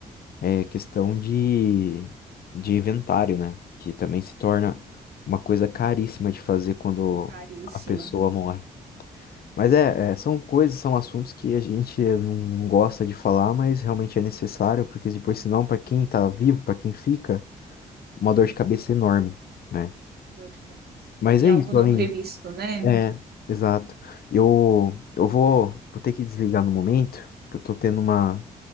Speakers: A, on the left; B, on the right.
A: é questão de, de inventário, né? Que também se torna uma coisa caríssima de fazer quando
B: Caríssima,
A: a pessoa morre. Mas é, é, são coisas, são assuntos que a gente não gosta de falar, mas realmente é necessário, porque depois, senão, para quem tá vivo, para quem fica, uma dor de cabeça enorme, né?
B: dor de cabeça.
A: Mas
B: E
A: é
B: algo
A: isso,
B: não
A: Aline.
B: previsto, né?
A: É, exato. Eu, eu vou, vou ter que desligar no momento, que eu tô tendo uma,